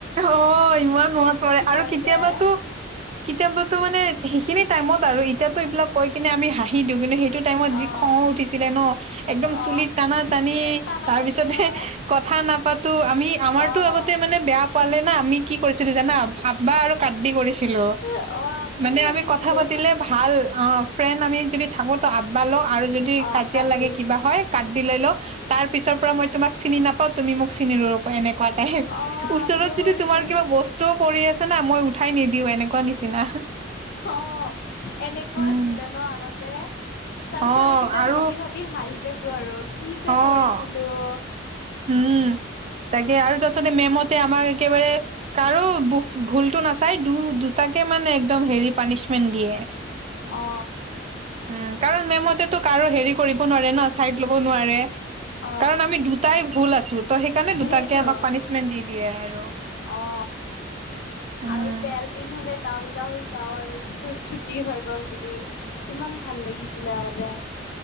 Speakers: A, on the right (about 35°); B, on the left (about 55°).
A: অ' ইমান মনত পৰে। আৰু
B: হৈ
A: কেতিয়াবাতো
B: যায়
A: কেতিয়াবা টো মানে সেইখিনি টাইমত আৰু। এতিয়াতো এইবিলাক কৈ কিনে আমি হাঁহি দিওঁ। কিন্তু সেই টো টাইমত
B: অ'।
A: যি খঙ উঠিছিলে ন'? একদম
B: অ'
A: চুলিত টানা-টানি,
B: টানা
A: তাৰপিছতহে
B: টানি অ'
A: কথা থা নাপাতো আমি আমাৰতো
B: অ'।
A: আগতে মানে বেয়া পালে জানা, আমি কি কৰিছিলোঁ জানা? আব্বা আৰু কাটি কৰিছি চিলো,
B: অ আমিও
A: মানে
B: কৰিছিলো
A: আমি কথা পাতিলে ভাল ফ্ৰেয়েণ্ড আমি যদি থাকোঁ তো আব্বা ল আৰু যদি
B: অ
A: কাজিয়া
B: কাটি
A: লাগে, কিবা হয়, কাট দিলে ল' তাৰ পিছৰ পৰা মই তোমাক চিনি নাপাওঁ, তুমি মোক চি নে দুৰৰপৰা এনেকুৱা টাইপ।
B: অ
A: ওচৰত
B: আমিও
A: যদি
B: কৰিছিলো
A: তোমাৰ কিবা বস্তুও পৰি আছে না, মই উঠাই নিদি তেনেকুৱা নিচিনা।
B: অ এনেকুৱা
A: উম,
B: আছিলে ন আগতে। তাৰপিছত
A: অ',
B: এইকেইটা
A: আৰু
B: ভাবি - ভাবি হাঁহি থাকোঁ আৰু। কি যে
A: অ',
B: কৰিছিলোঁ।
A: উম, তাকে আৰু। তাৰছতে মেমহঁতে আমাক একেবাৰে কাৰো ভুলতটো নাচাই দু দুটাকে মানে একদম হেৰি পানিচমেণ্ট দিয়ে
B: অ
A: উম, কাৰণ মেমহঁতে তো কাৰো হেৰি কৰিব নোৱাৰে ন'? ছাইড লব নোৱাৰে।
B: অ
A: কাৰণ আমি দু তাই ভুল আছোঁ। তো সেইকাৰণে দুটাকে
B: সেইটো
A: আমাক পানিছমেন্ট দি দিয়ে আৰু।
B: অ
A: উম।
B: আৰু বেল ৰিং হলে দউৰি দাউৰি যাওঁ আৰু চ ছুটি হৈ গল বুলি কিমান ভাল লাগিছিলে আগতে <inaudible>